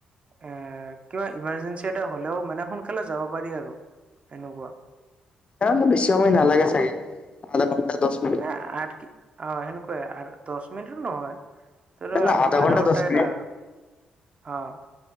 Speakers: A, on the right (about 40°); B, on the left (about 40°).
A: এ, কিবা ইমাৰজেঞ্চি এটা হ'লেও মানে সোনকালে যাব পাৰি আৰু এনেকুৱা।
B: কাৰনে বেছি সময় নালাগে চাগে, আধা ঘণ্টা দহ মিনিট
A: এ, আঠ কি অ' সেনেকুৱাই আৰ দহ মিনিটো নহয়। ধৰা
B: নাই নাই
A: আধা ঘণ্টা
B: দহ
A: এটা
B: মিনিট
A: আৰু, অ'।